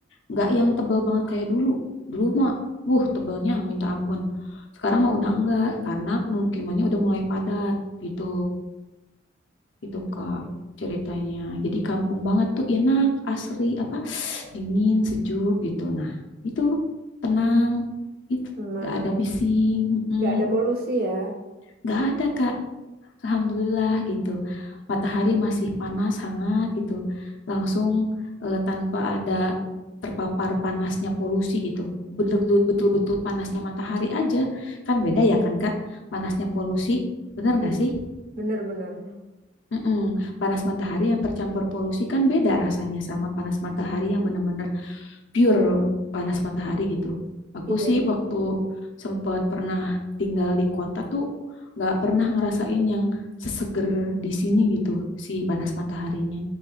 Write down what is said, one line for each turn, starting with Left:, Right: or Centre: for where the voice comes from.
Left: nggak yang tebel banget kayak dulu. Dulu mah, wuh, tebelnya minta ampun. Sekarang mah udah enggak, karena pemukimannya udah mulai padat gitu. Itu Kak
Right: Oke.
Left: ceritanya. Jadi kampung banget tuh enak, asri, apa, <sniffs> <sighs> dingin, sejuk gitu. Nah, itu tenang, itu
Right: Nah,
Left: nggak ada bising, mm,
Right: nggak ada polusi ya.
Left: nggak ada Kak. Alhamdulillah gitu. Matahari masih panas, hangat gitu. Langsung eh, tanpa ada terpapar panasnya polusi gitu. Bener- Betul-betul panasnya matahari aja. Kan beda ya kan Kak? Panasnya polusi, bener nggak
Right: Iya.
Left: sih?
Right: Bener-bener.
Left: Mm-mm. Panas matahari yang tercampur polusi kan beda rasanya sama panas matahari yang benar-benar pure panas matahari gitu Aku
Right: Iya,
Left: sih waktu sempat pernah tinggal di kota tuh nggak pernah ngerasain yang seseger di sini gitu si panas mataharinya